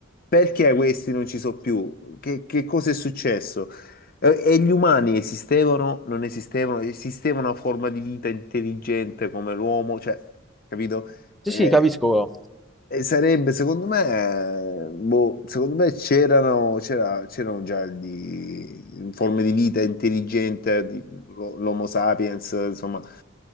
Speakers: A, on the left; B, in the centre.
A: perché questi non ci sono più, che, che cosa è successo. E, e gli umani esistevano, non esistevano, esisteva una forma di vita intelligente come l'uomo, cioè, capito?
B: Sì,
A: Eh,
B: sì, capisco.
A: e sarebbe, secondo me, boh, secondo me c'erano c'era- c'erano già di, forme di vita intelligente, di- l'O- l'Homo sapiens, insomma,